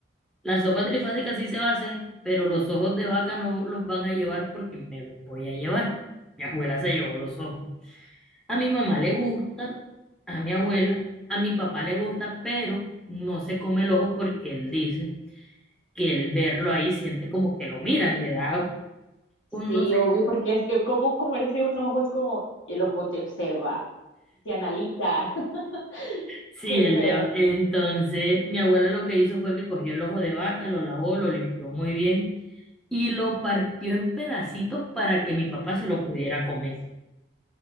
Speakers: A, in the centre; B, on the left (about 85°).
A: la sopa trifásica sí se va a hacer, pero los ojos de vaca no los van a llevar porque me los voy a llevar. Mi abuela se llevó los ojos. A mi mamá le gusta, a mi abuela, a mi papá le gusta, pero no se come el ojo porque él dice que el verlo ahí siente como que lo miran, le da un
B: Sí,
A: no sé.
B: obvio, porque es que como comerse un ojo es como el ojo te observa, te analiza. <laughs>
A: Sí,
B: Qué
A: el
B: feo.
A: de, va- entonces mi abuela lo que hizo fue que cogió el ojo de vaca, lo lavó, lo limpió muy bien y lo partió en pedacitos para que mi papá se lo pudiera comer.